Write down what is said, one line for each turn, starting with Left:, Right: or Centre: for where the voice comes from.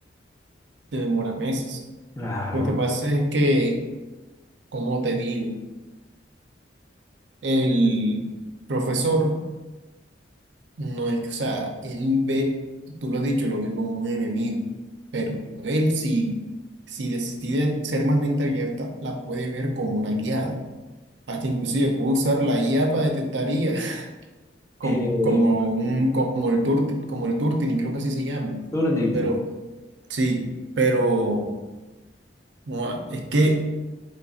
Right: Te demora meses.
Left: Claro.
Right: Lo que pasa es que, como te digo? El profesor no es que, o sea, él ve, tú lo has dicho, lo ve como un enemigo, pero él si, si decide ser más mente abierta, la puede ver como una aliada. Hasta inclusive puede usar la IA para detectar IA, <laughs> como,
Left: Eh,
Right: como, un, como el Turti, como el Turtini, creo que así se llama.
Left: Turnitin.
Right: Pero sí, pero no, es que